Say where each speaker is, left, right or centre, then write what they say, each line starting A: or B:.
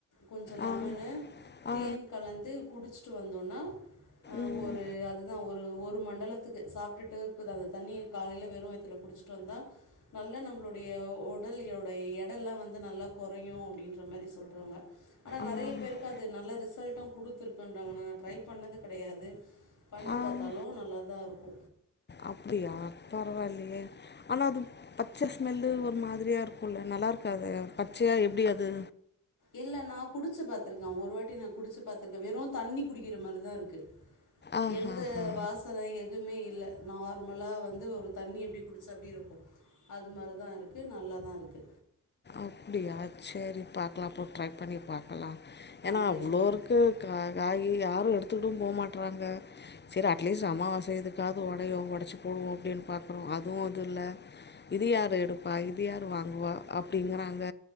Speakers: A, on the left; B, on the left.
A: கொஞ்சோ லெமன்னு
B: ஆ
A: தேன்
B: ஆ
A: கலந்து குடிச்சிட்டு வந்தோனா ஆ
B: ம்
A: ஒரு அதுதா ஒரு ஒரு ஒரு மண்டலத்துக்கு சாப்ட்டுட்டு இக்குது அந்த தண்ணிய காலைல வெறு வயத்துல குடிச்சுட்டு வந்தா நல்லா நம்ளுடய உடலுடய எட எல்லா வந் து நல்லா கொறையு அப்டின்ற மாரி சொல்றாங்க. ஆனா நெறய
B: ஆ
A: பேருக்கு அது நல்ல ரிசல் ட்டு குடுத்துருக்குன்றாங்க நா ட்ரை பண்ணது கெடையாது. பண்ணி
B: ஆ
A: பாத்தாலு நல்லாதா இருக்கு
B: அப்டியா பரவாயில்லயே ஆனா அது பச்ச ஸ்மெல்லு ஒரு மாதிரியா இருக்குல்ல நல் லா இருக்காது பச்சயா எப்டி அது
A: இல்லை நான் குடிச்சு பாத்துருக்கே ஒரு வாட்டி நா குடிச்சு பாத்துருக்கே வெறு தண்ணி குடிக்கிற மாரிதா இருக்கு
B: ஆஹ்ஹஹா
A: எந்த வாசன எதுமே இல்ல நார்மலா வந்து ஒரு தண்ணி எப்டி குடிச்சா எப்டி இருக்கு அது மாரிதா இருக்கு நல்லாதா இருக்கு
B: அப்டியா செரி பாக்கலா அப்போ ட்ரை பண்ணி பாக் லா ஏனா
A: ட்ரை
B: அவ்ளோ
A: பண்ணுவேன்
B: இருக்கு கா காயி யாரு எடுத்துட்டும்போ மாட்டறாங்க செரி அட்லீஸ்ட் அமாவாச இதுக்காது ஒடயு ஒடச்சு போடுவோ அப்டின் பாக்கறோ. அதுவு அது இல்ல. இது யாரு எடுப்பா இது யாரு வாங்குவா அப்டிங்கறாங்க